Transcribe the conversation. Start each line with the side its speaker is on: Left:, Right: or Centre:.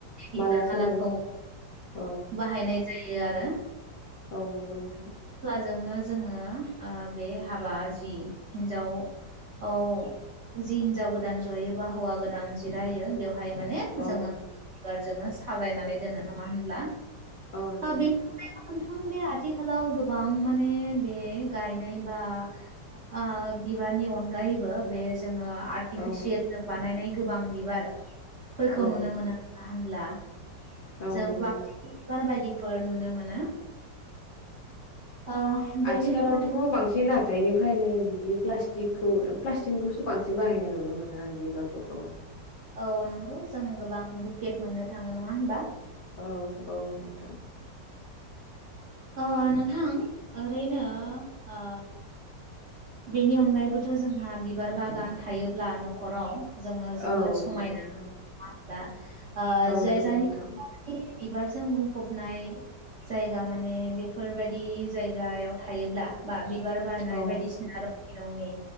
Right: बिबार
Left: माला
Right: मालाखौ
Left: सोहोनो औ
Right: बाहायनाय नाय जायो आरो।
Left: औ नंगौ नोंथां।
Right: जोंनो जोङो ओ बे हाबा जि हिनजाव-ओ जि हिनजाव गोदान जयो बा हौवा गोदान जिरायो बेयाव बाहाय माने
Left: औ
Right: जोङो जोंनो साजायनानै दोनो नङा होनब्ला
Left: औ नंगौ
Right: बे
Left: नोंथां
Right: <unintelligible> आं बे आथिखालाव गोबां माने बे गायनाय बा आ बिबारनि अनगायैबो बे जोङो आर्टिफिसियेल
Left: औ
Right: जों बानायनाय गोबां बिबार फोरखौ
Left: औ
Right: नुनो मोनो। होनब्ला
Left: औ
Right: जों
Left: नंगौ
Right: प्लाटिक बिबार बायदि फोर नुनो मोनो। ओ बेनि
Left: आथिखालावथ'
Right: अनगायै
Left: बांसिन हाथथायनिफ्रायनो बिदि प्लास्टिकखौ प्लास्टिकखौसो बांसिन बाहायनाय नुनो मोनो आरो बिबारखौ।
Right: औ नंगौ जों गोबां केट मोननो थाङो न ङा होमबा
Left: औ औ नोंथां
Right: ओ नोंथां ओरैनो ओ बेनि अनगायैबोथ' जोंहा बिबार बागान थायोब्ला न'खराव जोङो जोबोद
Left: औ
Right: समायना
Left: नंगौ नोंथां
Right: <unintelligible> नङा दा ओ
Left: औ
Right: जायजायनि
Left: नंगौ नोंथां
Right: <unintelligible> बिबारजों बुंफबनाय जायगा माने बेफोरबायदि जायगायाव थायोब्ला बा बि बार बारनाय
Left: औ
Right: बायदिसिना <unintelligible> रंनि